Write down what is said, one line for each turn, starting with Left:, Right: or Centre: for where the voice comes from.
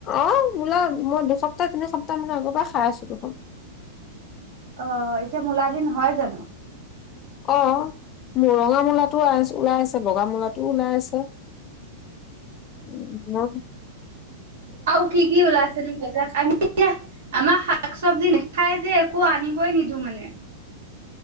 Left: অ মোলা মই দুসপ্তাহ তিনি সপ্তাহ মান আগৰ পৰা খাই আছো দুখন
Right: অ এতিয়া মূল দিন হয় জানো
Left: অহ' মুৰঙা মূলা আ ওলাইছে, বগা মূলাটো ওলাইছে। উম ন
Right: অ কি কি ওলাইছে নো বজাৰ আমি এতিয়া আমাৰ শাক চবজি নেি খাই যে একো আনিবই নিদো মানে